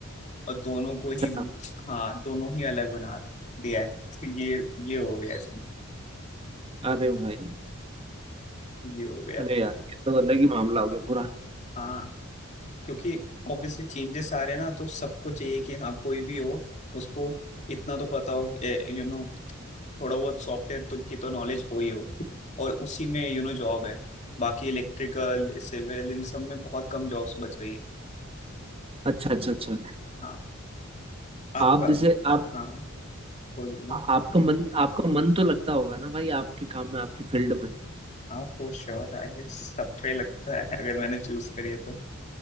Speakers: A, on the left (about 35°); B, on the right (about 30°).
A: और दोनों को ही
B: हाँ,
A: हाँ दोनों ही अलग बना दिया है तो ये ये हो गया इसमें,
B: अरे भाई भाई
A: ये हो गया
B: अरे यार ये तो अलग ही मामला हो गया पूरा
A: हाँ क्योंकि ऑब्वियसली चेंजेस आ रहे हैं ना तो सबको चाहिए कि हाँ कोई भी हो उसको इतना तो पता हो यू नो थोड़ा बहुत सॉफ्टवेयर तो की तो नॉलेज हो ही हो और उसी में यू नो जॉब है बाकी इलेक्ट्रिकल सिविल इन सब में बहुत कम जॉब्स बच गई
B: अच्छा अच्छा अच्छा
A: हाँ आपका
B: आप जैसे
A: हाँ
B: आप
A: हाँ, बोलो बोलो
B: आ- आपका मन आपका मन तो लगता होगा ना भाई आपके काम में आपकी फील्ड में
A: आप फॉर श्योर आई सब पे लगता है अगर मैंने चूज करी है तो